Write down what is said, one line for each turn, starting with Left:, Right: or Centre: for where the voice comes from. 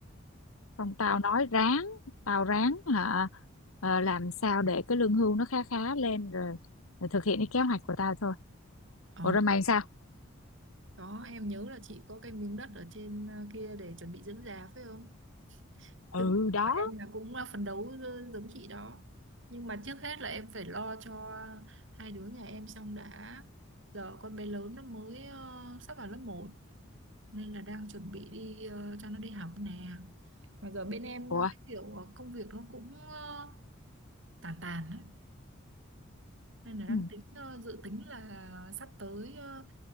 Left: còn tao nói ráng, tao ráng hả ờ, làm sao để cái lương hưu nó khá khá lên rồi, rồi thực hiện cái kế hoạch của tao thôi.
Right: ồ
Left: Ủa rồi mày sao?
Right: Đó, em nhớ là chị có cái miếng đất ở trên ờ, kia để chuẩn bị dưỡng già phải không?
Left: ừ
Right: Tư tưởng
Left: đó
Right: của em là cũng là phấn đấu ờ, giống chị đó. Nhưng mà trước hết là em phải lo cho hai đứa nhà em xong đã. Giờ con bé lớn nó mới ờ, sắp vào lớp một nên là đang chuẩn bị đi ờ, cho nó đi học nè. Mà giờ bên em
Left: Ủa?
Right: ờ, cái kiểu ờ, công việc nó cũng ờ, tàn tàn á nên là đang
Left: Ừ,
Right: tính ờ, dự tính là sắp tới ờ,